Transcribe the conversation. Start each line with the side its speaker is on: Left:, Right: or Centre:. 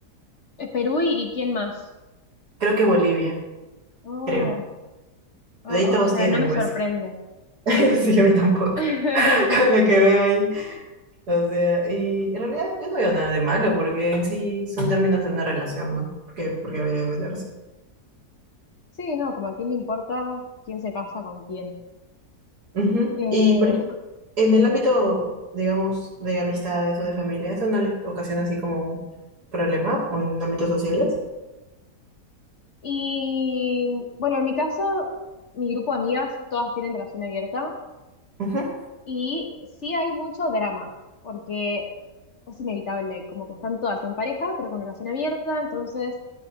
Left: Perú y, y quién más.
Right: Creo que Bolivia,
Left: Oh,
Right: creo.
Left: o
Right: De ahí todos
Left: o sea,
Right: tienen,
Left: no me
Right: pues.
Left: sorprende.
Right: <laughs> Sí, a mí tampoco.
Left: <laughs>
Right: <laughs> con lo que veo ahí. O sea, y en realidad yo no veo nada de malo porque en sí son términos de una relación, ¿no? Porque porque debería de meterse?
Left: Sí, no, como a quién le importa quién se casa con quién.
Right: Ujú.
Left: Eh,
Right: Y, por ejemplo, en el
Left: mm.
Right: ámbito, digamos, de amistades o de familia, ¿eso no les ocasiona así como un problema o en ámbitos sociales?
Left: y bueno, en mi caso, mi grupo de amigas todas tienen relación abierta.
Right: Ujú.
Left: Y sí hay mucho drama, porque es inevitable, como que están todas en pareja, pero con relación abierta, entonces